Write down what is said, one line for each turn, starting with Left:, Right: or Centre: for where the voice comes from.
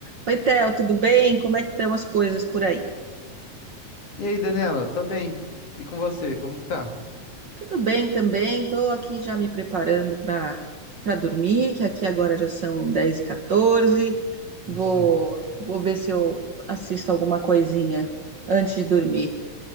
Right: Oi, Theo, tudo bem? Como é que estão as coisas por aí?
Left: E aí, Daniela, tô bem. E com você, como que tá?
Right: Tudo bem também, estou aqui já me preparando para para dormir, que aqui agora já são dez e 14
Left: <laughs>
Right: Vou, vou ver se eu assisto alguma coisinha antes de dormir.